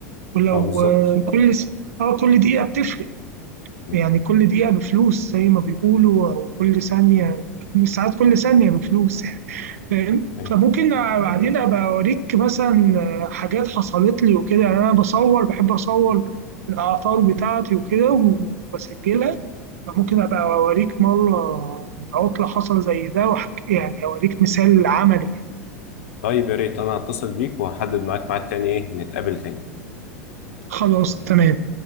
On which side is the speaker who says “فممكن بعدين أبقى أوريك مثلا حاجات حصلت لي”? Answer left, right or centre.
Right